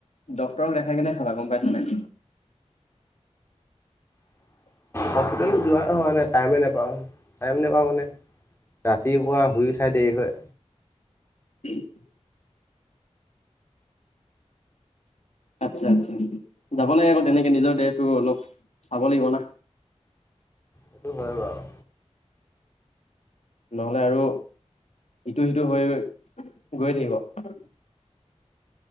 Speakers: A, on the left; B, on the left.
A: ডক্তৰক দেখাই কিনে খাবা গম পাইছা নাই।
B: হস্পিতেলত যোৱা হোৱা নাই টাইমে নেপাওঁ টাইম নেপাওঁ মানে ৰাতিপুৱা শুই উঠাই দেৰি হয়
A: <unintelligible> আচ্ছা আচ্ছা যাব লাগে আকৌ তেনেকে নিজৰ দেটো অলপ চাব লাগিব না।
B: সেইটো হয় বাৰু
A: নহ'লে আৰু ইটো সিটো হৈ গৈ গৈয়ে থাকিব।